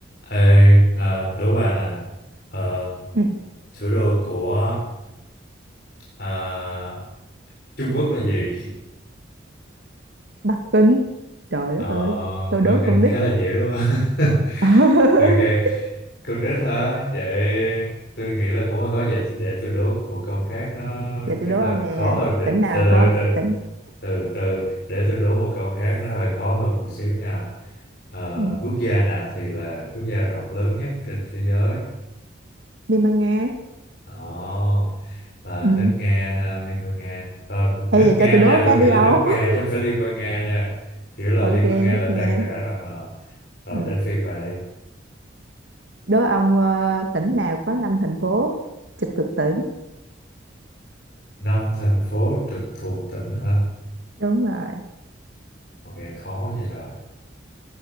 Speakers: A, on the left (about 55°); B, on the right (about 65°).
A: Ê, à, đố bà nè Ờ,
B: ừ.
A: thủ đô của à, Trung Quốc là gì?
B: Bắc Kinh trời
A: Ờ,
B: đất ơi tôi
A: Bắc
B: đố
A: Kinh
B: con nít
A: khá là dễ đúng không? <laughs>
B: <laughs>
A: Ok, con nít hả? Vậy tôi nghĩ là cũng là có vậy để tôi đố một câu khác nó
B: giờ
A: chắc
B: tôi đố
A: là
B: ông nè
A: khó hơn để
B: tỉnh nào
A: từ từ
B: có
A: từ
B: tỉnh
A: từ từ để tôi đố một câu khác nó hơi khó hơn một xíu nha. Ờ,
B: ừ.
A: quốc gia nào thì là quốc gia rộng lớn nhất trên thế giới?
B: Liên bang Nga
A: Ồ, là
B: ừ.
A: nước Nga ha, Liên bang Nga. Ờ, nước
B: Ê giờ
A: Nga
B: cho tôi đố
A: nha, tôi
B: cái
A: nghĩ
B: đi
A: là
B: ông
A: nước Nga
B: <laughs>
A: chứ không phải Liên bang Nga nha. Kiểu là
B: ok
A: Liên bang Nga là
B: nước Nga
A: tan rã rồi. ờ. Rồi
B: ừ.
A: đến phiên bà đi.
B: đố ông ờ, tỉnh nào có năm thành phố trực thuộc tỉnh
A: Năm thành phố trực thuộc tỉnh hả?
B: đúng rồi
A: Ờ, nghe khó vậy rồi.